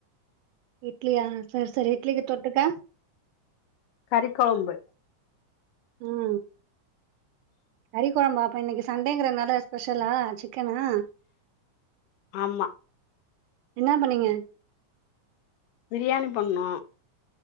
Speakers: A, on the right; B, on the left.
A: இட்லியா சேரி சேரி இட்லிக்கு தொட்டுக்க
B: கறிக்கொழம்பு
A: ம் கறிக்கொழம்பா அப்ப இன்னைக்கி சண்டேங்கறனால ஸ்பெஷலா சிக்கனா
B: ஆமா
A: என்னா பண்ணீங்க
B: பிரியாணி பண்ணோ